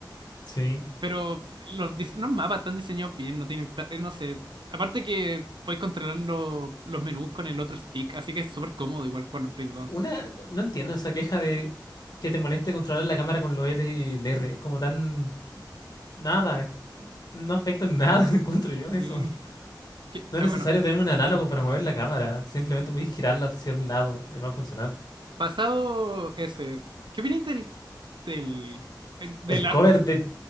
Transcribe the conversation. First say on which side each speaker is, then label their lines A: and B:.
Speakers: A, on the left; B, on the right.
A: Sí.
B: Pero los, dis- los mapas están diseñados bien, no tienen, ta- eh, no sé. Aparte que puedes controlar lo- los menús con el otro stick, así que es súper cómodo igual jugarlo en Play 2.
A: Una, no entiendo esa queja de que te moleste controlar la cámara con los L y el R, es como tan nada, no afecta en nada, <laughs> encuentro yo
B: Sí.
A: eso.
B: Que-
A: No es
B: ah,
A: necesario
B: bueno,
A: tener un análogo para mover la cámara, simplemente puedes girarla hacia un lado y va a funcionar.
B: pasado ese, ¿qué opinas del, del, eh, del
A: El
B: arte?
A: cover de